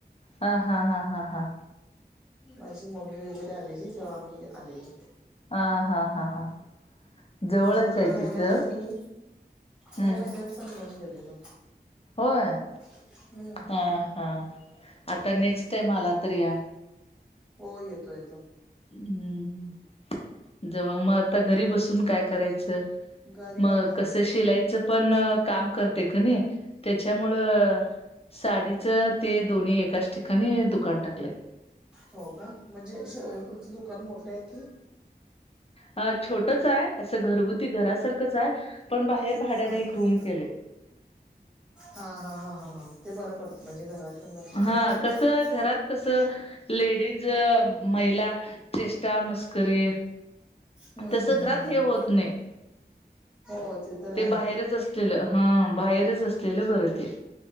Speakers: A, on the left (about 35°); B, in the centre.
A: हा हा हा हा हा.
B: माझी मम्मी वगैरे आलेली तेव्हा आम्ही आलेली.
A: हा हा हा हा. जवळच
B: आणि मे
A: आहे
B: महिन्यात
A: तिथं
B: आम्ही
A: हम्म
B: मे महिन्यात पण येऊन गेलेलो.
A: होय.
B: <unintelligible> हम्म.
A: हा हा आता नेक्स्ट टाइम आला तर या.
B: हो येतो येतो.
A: हम्म. जव मग आता घरी बसून काय करायचं
B: घरी
A: मग
B: आता
A: कसं शिलायचं. पण काम करते का नाही त्याच्यामुळं. साडीचं ते दोन्ही एकाच ठिकाणी दुकान टाकलंय.
B: हो का म्हणजे तुमचं दुकान मोठे आहे की?
A: अ छोटच आहे असं घरगुती घरासारखंच आहे. पण बाहेर भाड्याने
B: हा
A: एक
B: हा
A: रूम केलेय
B: हा हा हा हा हा ते बरं पडतं म्हणजे घरात पण लक्षण
A: हा
B: सगच
A: कसं घरात कस लेडीज महिला चेष्टा मस्करी
B: हम्म
A: तस
B: हम्म
A: घरात
B: हम्म
A: हे होत नाही
B: हो तर
A: ते
B: आहे
A: बाहेरच अस हा बाहेरच असलेलं बरं ते